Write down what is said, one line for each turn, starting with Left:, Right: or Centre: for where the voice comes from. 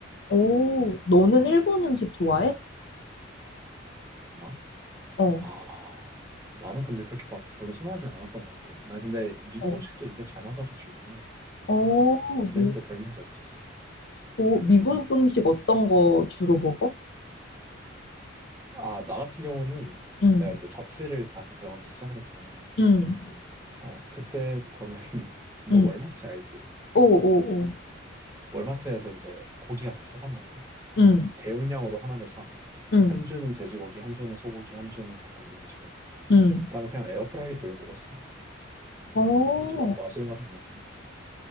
Left: 오, 너는 일본 음식 좋아해?
Right: 이상.
Left: 어.
Right: 아, 나는 근데 그렇게 막 별로 선호하진 않았던 것 같아. 난 근데 미국
Left: 어.
Right: 음식도 입에 잘 맞아가지고,
Left: 어.
Right: 어, 지내는데
Left: 미,
Right: 별 문제 없었어.
Left: 오, 미국 음식 어떤 거 주로 먹어?
Right: 아, 나 같은 경우는
Left: 응.
Right: 내가 이제 자취를 대학교 들어가면서 시작을 했잖아.
Left: 응.
Right: 어, 그때부터는 <laughs> 너
Left: 응.
Right: 월마트 알지?
Left: 오, 오, 오.
Right: 월마트에서 이제 고기가 되게 싸단 말이야.
Left: 응.
Right: 그러면 대용량으로 하나를 사.
Left: 응.
Right: 한 주는 돼지고기, 한 주는 소고기, 한 주는 닭고기 이런 식으로.
Left: 응.
Right: 그다음에 그냥 에어프라이기 돌려 먹었어.
Left: 어.
Right: 이렇게 막 맛있는 건 안 먹고.